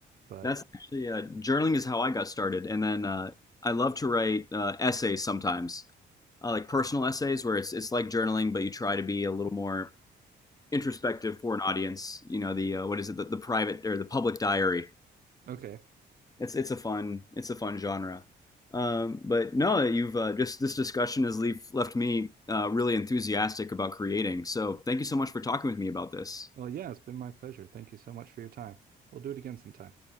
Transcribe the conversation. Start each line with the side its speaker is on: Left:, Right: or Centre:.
Right: But
Left: That's actually uh, journaling is how I got started, and then uh, I love to write uh, essays sometimes, uh, like personal essays where it's it's like journaling, but you try to be a little more introspective for an audience. You know the uh, what is it the, the private or the public diary
Right: okay.
Left: it's it's a fun it's a fun genre. Um, but no, you've uh, just this discussion has leave, left me uh, really enthusiastic about creating. So thank you so much for talking with me about this.
Right: Well, yeah, it's been my pleasure. Thank you so much for your time. We'll do it again sometime.